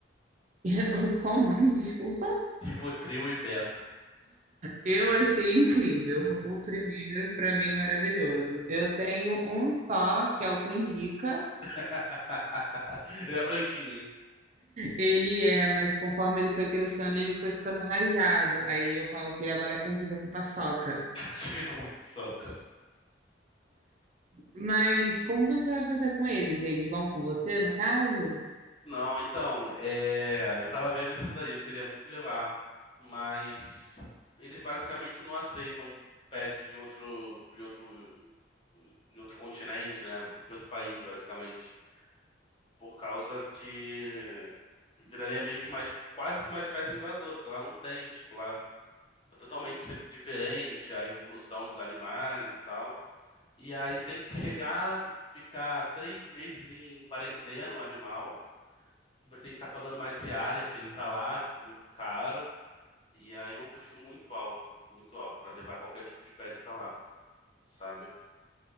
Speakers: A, on the right; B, on the left.
A: <laughs> Qual o nome? Desculpa.
B: Rivotril e Beto.
A: Eu achei incrível. O primeiro, para mim, maravilhoso. Eu tenho um só, que é o Canjica.
B: <laughs> Ele é branquinho.
A: Ele é, mas conforme ele foi crescendo, ele foi ficando rajado. Aí eu falo que ele agora é canjica com paçoca.
B: <laughs> Acho que é confusão,
A: Mas como você vai fazer com eles? Eles vão com você, no caso?
B: Não, então, é, eu tava vendo isso daí, eu queria muito levar, mas eles basicamente não aceitam pets de outro, de outro, de outro continente, né? De outro país, basicamente. Por causa que viraria meio que uma, es- quase que uma espécie invasora, porque lá não tem, tipo, lá é totalmente se- diferente a evolução dos animais e tal. E aí tem que chegar, tem que ficar três meses em quarentena o animal você tem que ficar pagando uma diária pra ele estar lá, tipo, muito caro. E aí é um custo muito alto, muito alto pra levar qualquer tipo de pet pra lá, sabe?